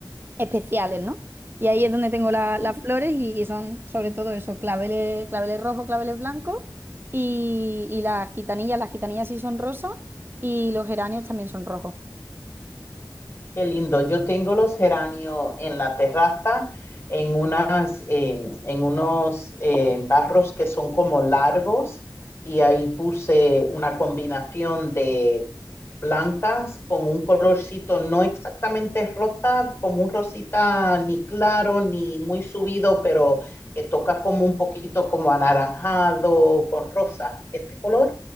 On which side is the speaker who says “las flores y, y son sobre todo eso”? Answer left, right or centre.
Right